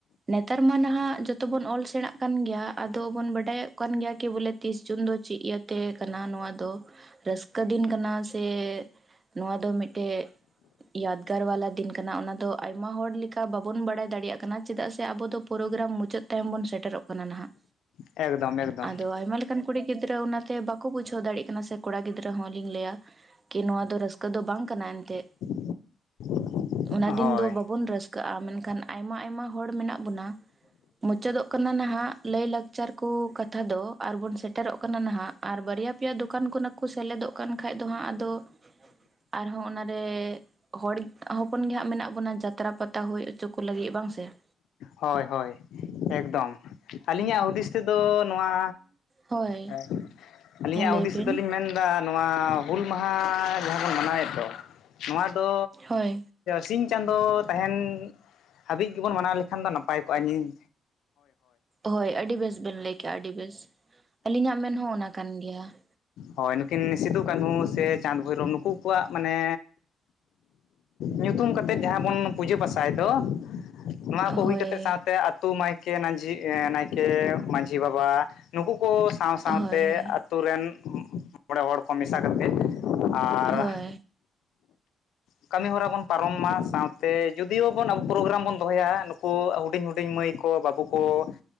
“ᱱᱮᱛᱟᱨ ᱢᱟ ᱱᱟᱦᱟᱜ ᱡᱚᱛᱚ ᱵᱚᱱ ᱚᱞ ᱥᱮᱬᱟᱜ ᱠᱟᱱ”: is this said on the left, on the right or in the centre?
Right